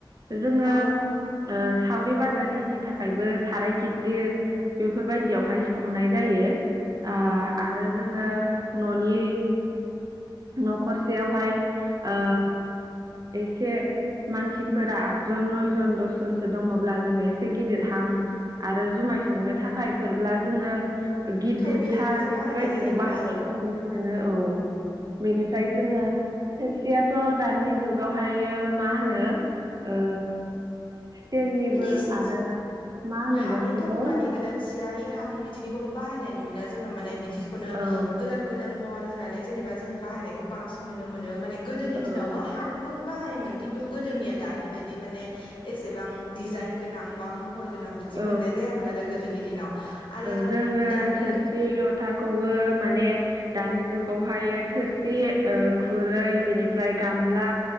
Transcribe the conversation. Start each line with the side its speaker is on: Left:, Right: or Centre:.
Right: जोङो
Left: औ
Right: ओ सावरि बादालिनि थाखायबो साराय गिददिर बेफोरबायदियावहाय संनाय जायो आ आरो जोङो न'नि न'खरसेयावहाय ओ एसे मानसिफोरा आदजन नयजन दसजनसो दङब्ला जोङो एसे गिदिर हां आरो जुमा माय संनो थाखाय फोरब्ला जोङो गिदिरथार
Left: थौ गिदिरखौसो
Right: बेफोरबायदिखौ
Left: बाहायनाय जायोना
Right: बाहायनायखौ
Left: औ
Right: नुनो मोनो औ बेनिफ्राय जोङो थोरसियाथ' दानि जुगावहायो मा होनो ओ स्टिलनिबो
Left: बिदि इस
Right: आरो मा होनो
Left: हानि
Right: गंसेखौ
Left: थमकानि गोदान सियायि हानि बिदिनिखौबो बाहायनाय नुयोना जोङो माने बिदि दिखौनो
Right: औ
Left: गोदान गोदान महर होनानै जेनेबा जों बाहायनायखौ बांसिन नुनो मोनो माने गोदोनि
Right: औ
Left: दिनावबो हानिखौनो बाहायोमोन खिन्थु गोदोनिया दानि बायदि माने एसेबां दिजायेन गोनां बा महर गोन बिदि मोननाय
Right: औ
Left: जायामोन आरो गोदोनि दिनाव आरो
Right: ओ जोंनो
Left: दानि
Right: थोरसि लथाखौबो बो माने दानि जुगावहायो थोरसि ओ खुरै बेनिफ्राय गामला